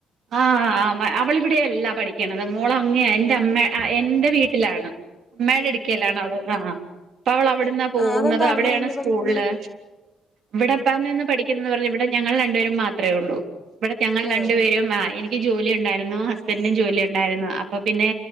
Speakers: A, on the right (about 65°); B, on the left (about 20°).
A: ആഹ് അവളിവിടെയല്ല പഠിക്കണത് മോള അങ്ങ എൻ്റെ അമ്മ എൻ്റെ വീട്ടിലാണ് അമ്മേടെ അടുക്കൽ ആണ് അവള് ആ അപ്പ അവൾവിടെ അവിടുന്നാ പോകുന്നത്
B: ആ അതെന്താ
A: അവിടെയാണ്
B: അവിടെ നിന്ന്
A: സ്കൂളില്
B: പഠിക്കണ
A: ഇവിടെപ്പ നിന്ന് പഠിക്കുന്നത് ഇവിടെ ഞങ്ങൾ രണ്ടുപേരും മാത്രേ ഉള്ളൂ ഇവിടെ ഞങ്ങൾ
B: ആ
A: രണ്ടു പേരും ആ എനിക്ക് ജോലി ഉണ്ടായിരുന്നു ഹസ്ബെൻ്റിനും ജോലി ഉണ്ടായിരുന്നു അപ്പൊ പിന്നെ